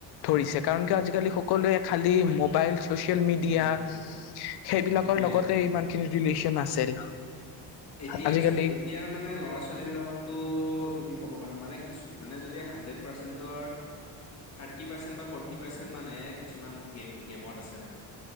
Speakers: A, on the left; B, on the left.
A: ধৰিছে কাৰণ আজিকালি সকলোৱে খালি mobile social media,
B: um um
A: সেইবিলাকৰ
B: সেইটোয়ে
A: লগতে ইমানখিনি ৰিলেচন আছিল।
B: এতিয়া
A: আজিকালি
B: এতিয়াৰ মানে ল'ৰা -ছোৱালী বিলাক ত' তুমি ক'ব পাৰা মানে কিছু মানে যদি হাণ্ড্ৰেড পাৰ্চেন্টৰ থাৰ্টি পাৰ্চেন্ট বা ফৰ্টি পাৰ্চেন্ট মানে কিছুমান গেম গেমত আছে মানে।